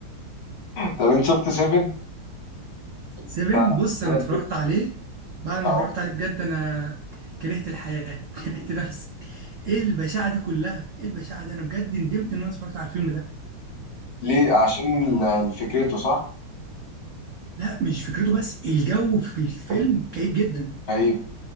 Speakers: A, on the left; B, on the right.
A: طب انت شفت سيفن
B: سيفن
A: بتاع
B: بص
A: براد
B: انا اتفرجت
A: بيت
B: عليه بعد ما
A: اه
B: اتفرجت عليه بجد انا كرهت الحياة <laughs> كرهت نفسي ايه البشاعة دي كلها ايه البشاعة دي انا بجد ندمت ان انا اتفرجت على الفيلم ده
A: ليه عشان ال- فكرته صح
B: لا مش فكرته بس الجو في الفيلم كئيب جدا
A: غريب